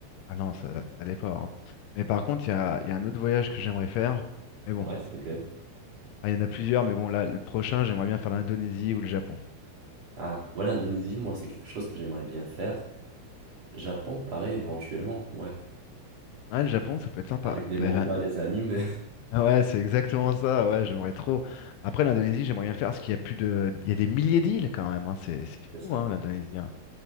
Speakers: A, on the left; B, on the right.
A: Ah non, ça, ça allait pas, hein. Mais par contre, il y a, il y a un autre voyage que j'aimerais faire. Mais bon,
B: Ouais,
A: enfin,
B: c'est lequel?
A: il y en a plusieurs, mais bon, là, le prochain, j'aimerais bien faire l'Indonésie ou le Japon.
B: Ah, ouais, l'Indonésie, moi, c'est quelque chose que j'aimerais bien faire. Japon, pareil, éventuellement, ouais.
A: Ah, le Japon, ça peut être sympa.
B: Avec les
A: Bah,
B: mangas,
A: là, l-
B: les animes,
A: ah ouais, c'est exactement ça, ouais, j'aimerais trop. Après, l'Indonésie, j'aimerais bien le faire, parce qu'il y a plus de... Il y a des milliers d'îles, quand même, hein. C'est c'est
B: <laughs> c'est ça.
A: fou, hein, l'Indonésie, hein.